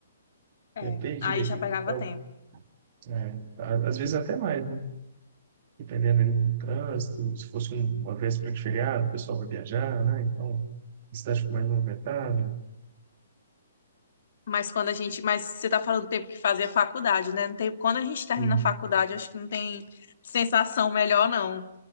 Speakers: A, on the left; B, on the right.
A: É,
B: é perdido
A: aí
B: aí.
A: já
B: Então,
A: pegava tempo.
B: é, a- às vezes até mais, né? Dependendo ali do trânsito, se fosse um- uma véspera de feriado, o pessoal vai viajar, né? Então, a cidade fica mais movimentada.
A: Mas quando a gente, mas você está falando do tempo que fazia faculdade, né? Não tem- quando a gente termina
B: Sim.
A: a faculdade, acho que não tem sensação melhor, não.